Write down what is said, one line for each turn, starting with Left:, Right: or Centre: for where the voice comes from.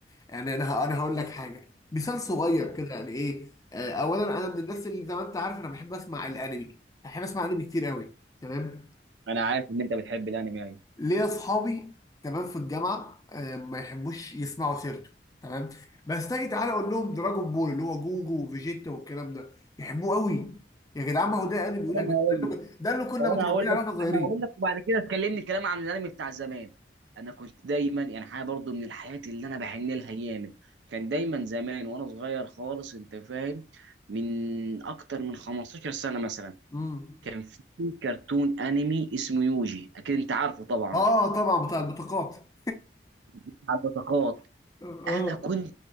Left: يعني انا ه- انا هقول لك حاجه مثال صغير كده يعني ايه آه، اولا انا من الناس اللي زي ما انت عارف انا بحب اسمع الانمي بحب اسمع انمي كتير قوي تمام
Right: انا عارف ان انت بتحب الانمي ايوه
Left: ليا اصحابي تمام في الجامعه آه، ما يحبوش يسمعوا سيرته تمام بس تيجي تعالى اقول لهم دراجون بول اللي هو جوجو وفيجيتا والكلام ده يحبوه قوي يا جدعان ما هو ده انا بيقول
Right: طب
Left: لك
Right: انا
Left: بس
Right: هقول
Left: ده
Right: لك
Left: اللي ده اللي كنا
Right: طب انا
Left: متربيين
Right: هقول
Left: عليه
Right: لك
Left: واحنا صغيرين
Right: انا هقول لك وبعد كده تكلمني كلام عن الانمي بتاع زمان انا كنت دايما يعني حاجه برضو من الحاجات اللي انا بحن لها جامد كان دايما زمان وانا صغير خالص انت فاهم من اكتر من 15 سنه مثلا
Left: امم
Right: كان في كرتون انمي اسمه يوجي اكيد انت عارفه طبعا
Left: اه طبعا بتاع البطاقات
Right: بتاع البطاقات
Left: <laughs> اه
Right: انا كنت